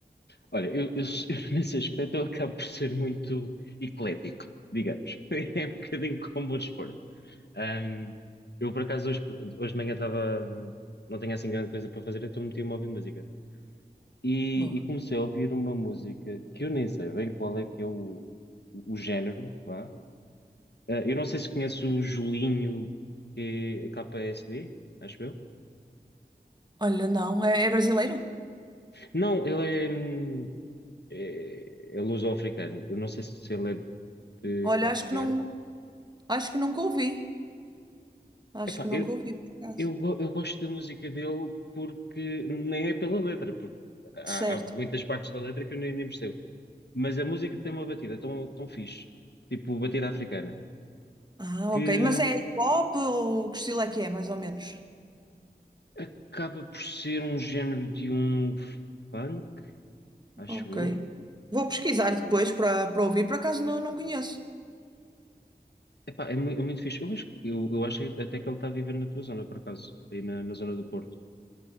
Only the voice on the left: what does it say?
Olha, eu, eu, <laughs> eu nesse aspecto eu acabo por ser muito eclético, digamos. <laughs> É um bocadinho como o desporto. Ahm, eu, por acaso, hoje, hoje de manhã estava. Não tenho assim grande coisa para fazer, então meti-me a ouvir música. E,
e comecei a ouvir uma música que eu nem sei bem qual é que é o, o género, vá, Ah, eu não sei se conheço o Julinho, que é KSD, acho eu.
Não, ele é, hum, é, é luso-africano. Eu não sei se ele é de
Cabo
Verde.
Epá,
eu,
eu, go- eu gosto da música dele porque nem é pela letra, porque há,
há muitas partes da letra que eu nem, nem percebo. Mas a música tem uma batida tão, tão fixe, tipo batida africana,
que
acaba por ser um género de um funk, acho
eu.
Epá, é, mui- é muito fixe. Eu acho, que- eu, eu acho até que ele está a viver na tua zona, por acaso, aí na, na zona do Porto.